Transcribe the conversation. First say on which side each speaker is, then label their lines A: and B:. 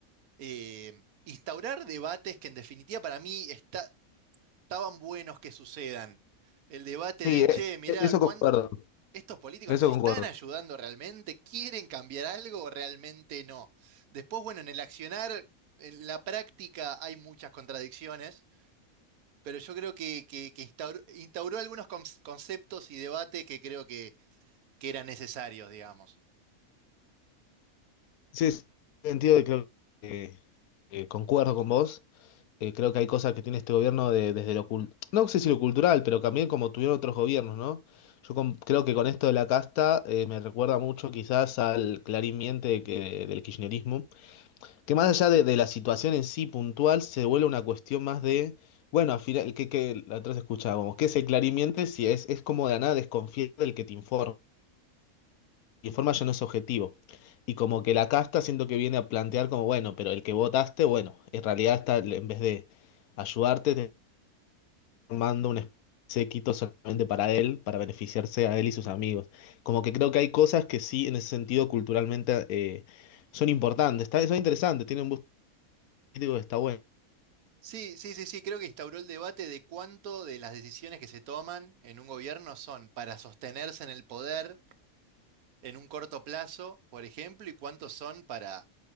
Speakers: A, on the right; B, on the left.
A: Eh, instaurar debates que en definitiva para mí está- estaban buenos que sucedan. El debate
B: Sí,
A: de,
B: eh,
A: che, mirá,
B: eh, eso
A: ¿cuán-
B: concuerdo,
A: estos políticos
B: eso
A: nos están
B: concuerdo.
A: ayudando realmente? ¿Quieren cambiar algo o realmente no? Después, bueno, en el accionar, en la práctica hay muchas contradicciones pero yo creo que, que- que instauró, instauró algunos cons- conceptos y debates que creo que, que eran necesarios, digamos.
B: Sí, sí, en el sentido de que creo que eh, concuerdo con vos. Eh, creo que hay cosas que tiene este gobierno de- desde lo cultural, no sé si lo cultural, pero también como tuvieron otros gobiernos, ¿no? Yo con- creo que con esto de la casta eh, me recuerda mucho quizás al clarín miente que, del kirchnerismo, que más allá de, de la situación en sí puntual, se vuelve una cuestión más de, bueno, al final, que, que la otra vez escuchábamos, ¿qué es el clarín miente? Si es, es como de la nada desconfiar del que te informa, informa ya no es objetivo. Y como que la casta siento que viene a plantear como, bueno, pero el que votaste, bueno, en realidad está, en vez de ayudarte, formando un séquito solamente para él, para beneficiarse a él y sus amigos. Como que creo que hay cosas que sí, en ese sentido, culturalmente eh, son importantes, está, son interesantes, tienen un gusto político que está bueno.
A: Sí, sí, sí, sí, creo que instauró el debate de cuánto de las decisiones que se toman en un gobierno son para sostenerse en el poder en un corto plazo, por ejemplo, y cuántos son para,